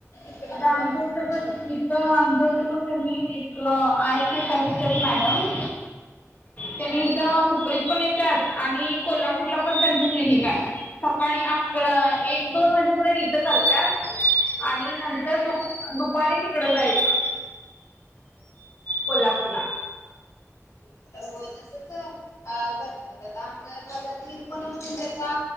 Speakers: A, on the left; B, on the left.
A: तिकडे
B: आता
A: पण
B: आमच्या इथं पण
A: होय
B: तर आमच्या इथं पण त्यांनी एक आय स्पेसिऍलिस्ट आहेत मॅडम त्यांनी इथ हुपरीत पण येतात आणि कोल्हापूरला पण त्यांचं क्लिनिक आहे सकाळी अकरा एक दोन वाज इथ करत आणि नंतर दु दुपारी तिकड जायचं कोल्हापूरला
A: तुला होय तसच अ करतात आता आमच्या भागातील तर कोण त्याचा